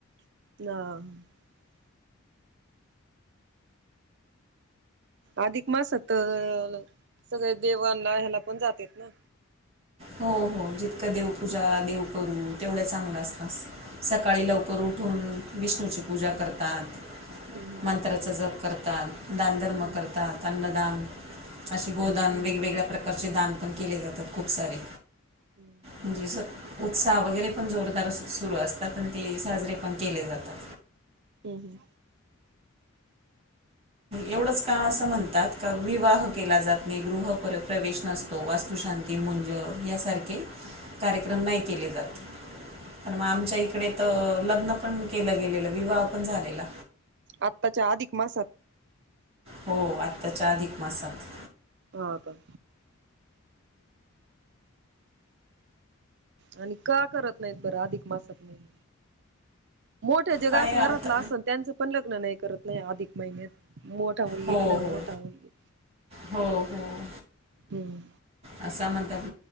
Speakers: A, on the right; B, on the right.
A: म <unintelligible> अधिक मास तर सगळे देवांला ह्याला पण जातेत ना.?
B: हो. हो. जितक देवपूजा देव करू तेवढ्या चांगल असत. सकाळी लवकर उठून. विष्णूची पूजा करतात.
A: हम्म
B: मंत्राचा जप करतात. दानधर्म
A: हम्म
B: करतात. अन्नदान. असे गोदान
A: हम्म
B: वेगवेगळ्या प्रकारचे दान पण केले जातात. खूप सारे
A: हम्म
B: म्हणजे. उत्साह वगैरे पण जोरदार सुरू असतात. आणि ते साजरे पण केले जातात.
A: हम् हम.
B: एवढंच का असं म्हणतात. का विवाह केला जात नाही गृह प्रवेश नसतो. वास्तुशांती मुंज यासारखे कार्यक्रम नाही केले जात. पण मग आमच्या इकडे तर लग्न पण केलं गेलेलं विवाह पण झालेला.
A: आत्ताच्या आधिक मासात.
B: हो आत्ताच्या अधिक मासात.
A: हा. का. आणि का करत नाहीत बरं? अधिक मासात महिन मोठ्या जे
B: काय
A: रास
B: आता
A: घरातलं असल. त्यांचं पण लग्न नाही करत नाही. अधिक महिन्यात. मोठा मुलगा
B: हो
A: किंवा
B: हो
A: मोठी मुलगी
B: हो हो
A: हम्.
B: असा म्हणतात